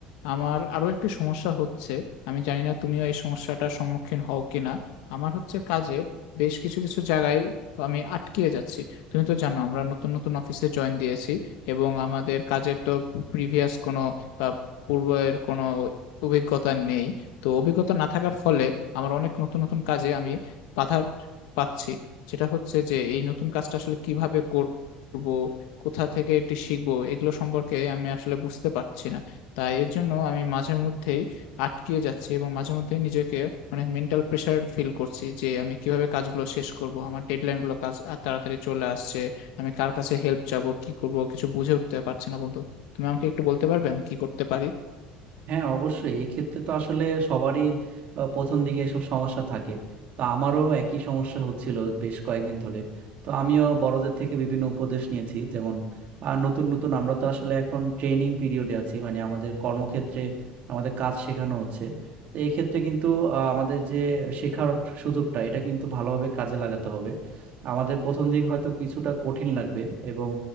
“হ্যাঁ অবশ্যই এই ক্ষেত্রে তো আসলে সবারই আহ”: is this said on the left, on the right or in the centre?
Right